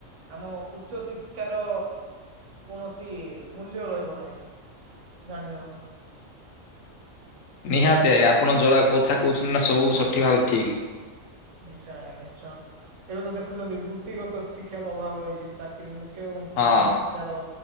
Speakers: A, on the right (about 65°); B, on the left (about 75°).
A: ଆମ ଉଚ୍ଚ ଶିକ୍ଷାର କୌଣସି ମୂଲ୍ୟ ରହିବ ନାହିଁ ଜାଣିଚ।
B: ନିହାତି ଆଜ୍ଞା ଆପଣ ଯୋଉରା କଥା କହୁଚନ୍ତି ନା ସବୁ ସଠିକ୍ ଭାବରେ ଠିକ୍।
A: ନିଶ୍ଚୟ ଆଜ୍ଞା ନିଶ୍ଚୟ ଏବେ ତ ଦେଖୁଛନ୍ତି ବୃତ୍ତିଗତ ଶିକ୍ଷାର ଅଭାବ ରହିଛି ଚାକିରି ମୁଖ୍ୟ କୁଶଳ
B: ହଁ
A: ଶିକ୍ଷାର